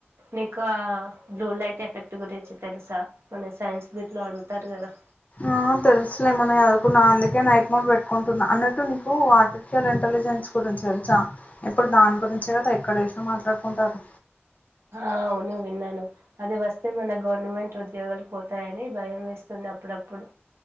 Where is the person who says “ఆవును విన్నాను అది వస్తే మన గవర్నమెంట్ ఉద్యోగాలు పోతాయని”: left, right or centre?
Right